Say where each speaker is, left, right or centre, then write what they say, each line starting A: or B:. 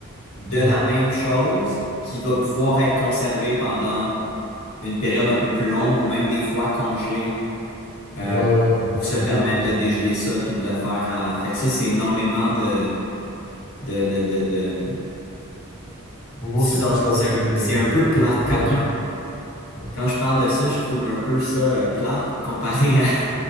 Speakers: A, on the left; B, on the left.
A: de
B: ouais,
A: la même chose qui va pouvoir être conservée pendant une période un peu plus longue ou même des fois congelée euh,
B: ouais, ouais.
A: pour se
B: En
A: permettre
B: gros, pour-
A: de dégeler ça puis de le faire à... Fait que ça, c'est énormément de de de de, de-
B: en gros,
A: sorte-
B: c'est plus l'aspect
A: C'est un, c'est un peu
B: l'aspect
A: plat.
B: pratique.
A: Quand, quand,
B: Ouais.
A: Quand je parle de ça, je trouve un peu ça euh, plate comparé à,